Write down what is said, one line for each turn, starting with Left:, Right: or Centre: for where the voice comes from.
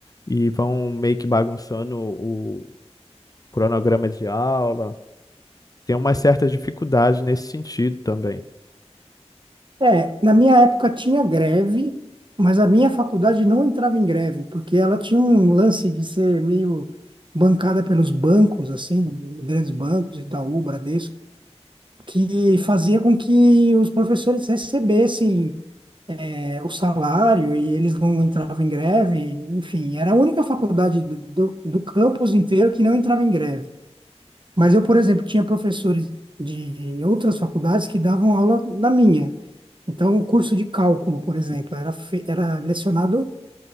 Left: e vão meio que bagunçando o cronograma de aula. Tem uma certa dificuldade nesse sentido também.
Right: É, na minha época tinha greve, mas a minha faculdade não entrava em greve, porque ela tinha um lance de ser meio bancada pelos bancos, assim, os grandes bancos, Itaú, Bradesco, que fazia com que os professores recebessem, é, o salário e eles não entravam em greve. Enfim, era a única faculdade do, do do campus inteiro que não entrava em greve. Mas eu, por exemplo, tinha professores de outras faculdades que davam aula na minha. Então, o curso de cálculo, por exemplo, era, fe- era lecionado